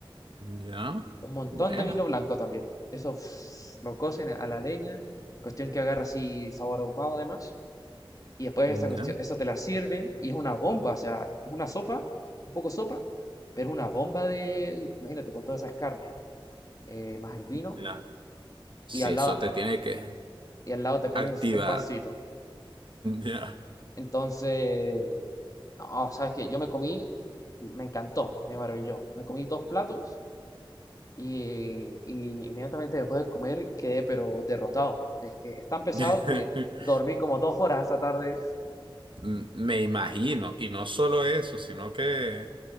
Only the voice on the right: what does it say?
Ya.
Buena.
Ya.
Ya. Sí,
eso
te tiene que
activar.
Ya.
<laughs>
M- Me imagino, y no solo eso, sino que